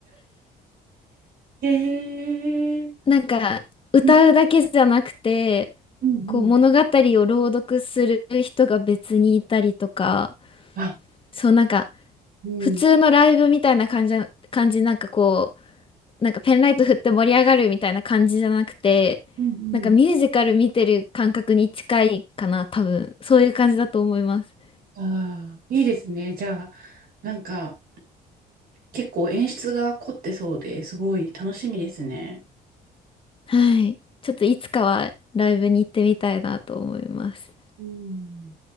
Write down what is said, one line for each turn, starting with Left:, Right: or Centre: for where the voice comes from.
Right: へえ、
Left: なんか歌うだけじゃなくて
Right: ねうんうん。
Left: こう物語を朗読する人が別にいたりとか
Right: あ、
Left: そうなんか
Right: うん。
Left: 普通のライブみたいな感じな、感じなんかこうなんかペンライト振って盛り上がるみたいな感じじゃなくてなんかミュージカル見てる感覚に近いかな多分そういう感じだと思います。
Right: うんうんああ、いいですね。じゃあ、なんか、結構演出が凝ってそうですごい楽しみですね。
Left: はい。ちょっといつかはライブに行ってみたいなと思います。
Right: うん。